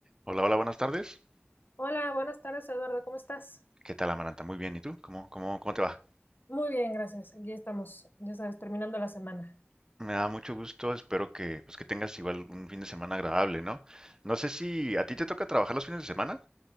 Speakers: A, on the right (about 15°); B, on the left (about 50°).
A: Hola, hola, buenas tardes.
B: Hola, buenas tardes, Eduardo, ¿cómo estás?
A: ¿Qué tal, Amaranta? Muy bien. ¿Y tú? ¿Cómo, cómo, cómo te va?
B: Muy bien, gracias. Aquí estamos, ya sabes, terminando la semana.
A: Me da mucho gusto. Espero que, pues, que tengas igual un fin de semana agradable, ¿no? No sé si a ti te toca trabajar los fines de semana.